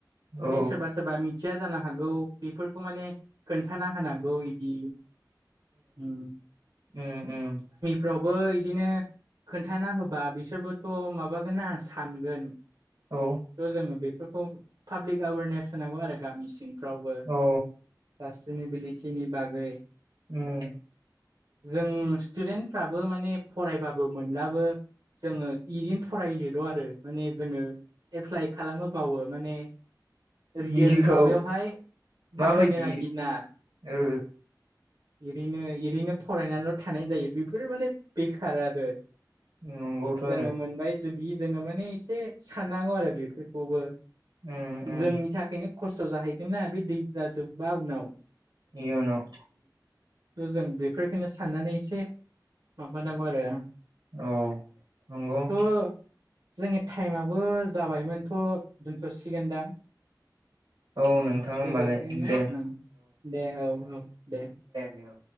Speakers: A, on the right; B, on the right.
A: औ
B: माने सोरबा सोरबा मि मिथिया जानो हागौ बेफोरखौ माने खोन्थाना होनांगौ इदि उम
A: उम उम।
B: फोरावबो इदिनो खोन्थाना होबा बिसोरबोथ' माबागोन ना सानगोन।
A: औ
B: थ' जोङो बेफोरखौ पाब्लिक एवारनेस होनांगौ आरो गामिसिम फ्रावबो
A: औ
B: सास्टिनिबिलिटिनि बागै
A: उम
B: जों स्टुदेन्टफ्राबो माने फरायबाबो मोनलाबो जोङो इरैनो फरायदोल' आरो माने जोङो एप्लाइ खालामोबावो माने रियेल
A: बिदिखौ
B: माबायावहाय
A: माबायदि
B: बाहायनो नागिना
A: ओ
B: ओरैनो एओरैनो फरायनानैल' थानाय जायो बेफोरो माने बेखार आरो
A: नंगौथ'
B: जोङो
A: आरो
B: मोनबाय जुदि जोङो माने एसे साननांगौ आरो बेफोरखौबो
A: उम उम
B: जोंनि थाखायनो खस्थ' जाहैगोन ना बे दैफ्रा जोब्बा उनाव
A: इयउनाव
B: थ' जों बेफोरफोरखौनो साननानै एसे माबानांगौ आरो
A: औ नंगौ
B: थ' जोंनि टाइमआबो जाबायमोनथ' दोनथ'सिगोनदां।
A: औ नोंथां होमबालाय
B: दोनजासिगोन ना
A: दे
B: ओं दे औ औ दे। <inaudible>
A: दे औ